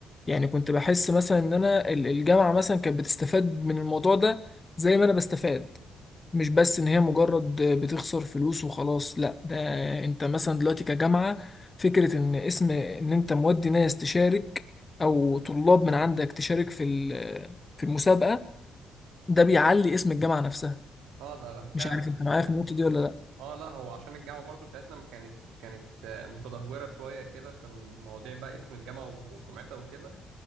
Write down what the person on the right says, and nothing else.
اه ده ده
فعلا
يعني
اه لا هو عشان الجامعة برضو بتاعتنا ما كانت كانت آه، متدهورة شوية كده في المواضيع بقى اسم الجامعة وسمعتها وكده